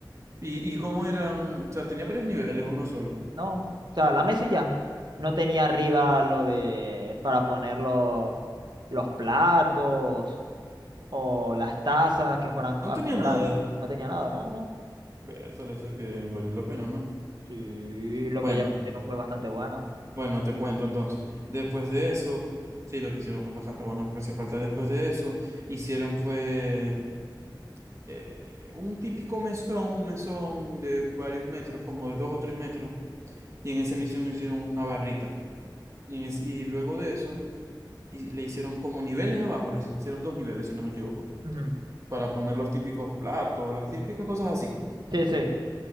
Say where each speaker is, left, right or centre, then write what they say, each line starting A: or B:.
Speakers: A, on the right; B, on the right.
A: ¿Y, y cómo eran? O sea, tenía varios niveles, o uno solo.
B: No, o sea, la mesa y ya. No tenía arriba lo de para poner los, los platos o las tazas que fueran
A: No
B: a
A: tenía
B: comprar.
A: nada.
B: No tenía nada, no, no.
A: Vértale, o sea que valió la pena, ¿no?
B: Sí, lo
A: Bueno,
B: que ya hicieron fue bastante bueno.
A: bueno, te cuento entonces. Después de eso, sí, lo que hicieron fue bastante bueno porque hacía falta. Después de eso, hicieron fue eh, un típico mesón, un mesón de varios metros, como de dos o tres metros. Y en esa misión hicieron una barrita. Y, en es- y luego de eso, y le hicieron como niveles abajo, le hicieron dos niveles, si no me equivoco
B: Ujú.
A: para poner los típicos platos, las típicas cosas así.
B: Sí, sí.